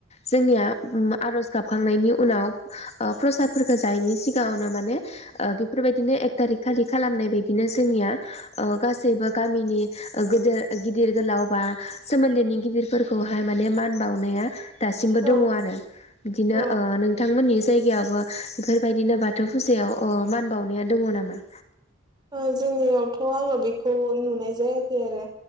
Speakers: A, on the left (about 30°); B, on the right (about 20°).
A: जोंनिया आरज गाबखांनायनि उनाव ओ प्रसाद फोजायैनि सिगाङावनो माने ओ बेफोरबायदिनो एक थारिक खालि खालामनाय बायदिनो जोंनिया ओ गासैबो गामिनि ओ गदेर गिदिर गोलाव बा सोमोन्दोनि गिदिरफोरखौहाय माने मान बावनाया दासिमबो
B: औ
A: दङ आरो। बिदिनो
B: औ
A: ओ नोंथांमोननि जायगायाबो बेफोरबायदिनो बाथौ फुजायाव अ मान बावनाया दङ नामा?
B: ओ जोंनियावथ' आङो बेखौ नुनाय जायाखै आरो